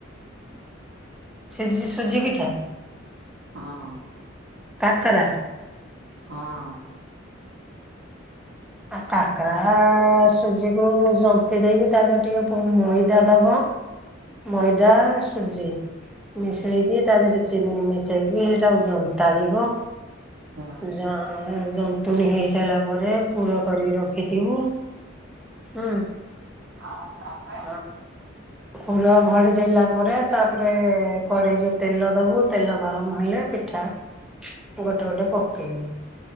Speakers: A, in the centre; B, on the right.
A: ସେ ଜୁ ସୁଜି ପିଠା।
B: ହଁ।
A: କାକାରା।
B: ହଁ।
A: ଆ କାକରା ସୁଜିକୁ ଜନ୍ତି ଦେଇକି ତା ଦେହ ଟିକେ ପୁ ମଇଦା ଦବ। ମଇଦା ସୁଜି। ମିଶେଇକି ତା ଦେହରେ ଚିନି ମିଶେଇକି ଟା ଆଉ ଜନ୍ତା ଯିବ।
B: ହଁ।
A: ଜ ଅ ଯନ୍ତୁଣୀ ହେଇ ସାରିଲା ପରେ ପୁର କରିକି ରଖିଥିବୁ। ହଁ।
B: ଆଉ ତାପରେ
A: ଆ ପୁର ଘଡି ଦେଲା ପରେ ତାପରେ କଢେଇରେ ତେଲ ଦବୁ ତେଲ ଗର ରମ ହେଲେ ପିଠା ଗୋଟେ ଗୋଟେ ପକେଇବୁ।